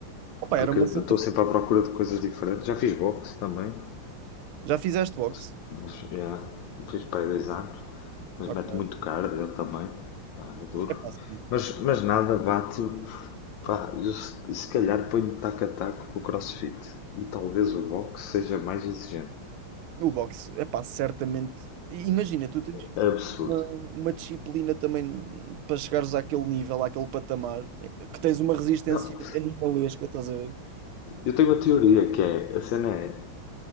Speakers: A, on the right; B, on the left.
A: Opa,
B: Porque
A: era uma
B: eu
A: cena.
B: estou sempre à procura de coisas diferentes. Já fiz boxe também.
A: Já fizeste boxe?
B: Mas, mas yeah, fiz para aí dois anos. Mas
A: Ok.
B: mete muito cardio eu também. Pá, é duro.
A: É pá, sim.
B: Mas, mas nada bate. Pá, eu se, se calhar ponho taco a taco com o crossfit. E talvez o boxe seja mais exigente.
A: O boxe, é pá, certamente. I- Imagina, tu tens
B: É absurdo.
A: uma, uma disciplina também para chegares àquele nível, àquele patamar, eh, que tens uma resistência
B: Não,
A: animalesca, estás a ver?
B: eu tenho uma teoria que é, a cena é,